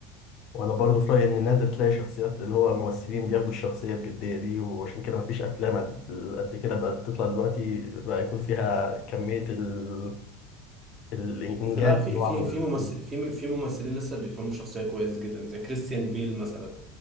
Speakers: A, on the left (about 55°); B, on the right (about 30°).
A: وانا برضو في رايي ان نادر تلاقي شخصيات اللي هو ممثلين بياخدوا الشخصيه بجديه دي وعشان كده مفيش افلام قد قد كده بقت تطلع دلوقتي بقى يكون فيها كميه ال... الانجاز
B: بس لا في
A: اللي هو
B: في
A: عمله
B: في
A: للفيلم.
B: ممثل في في ممثلين لسه بيفهموا الشخصية كويس جدا زي كريستيان بيل مثلا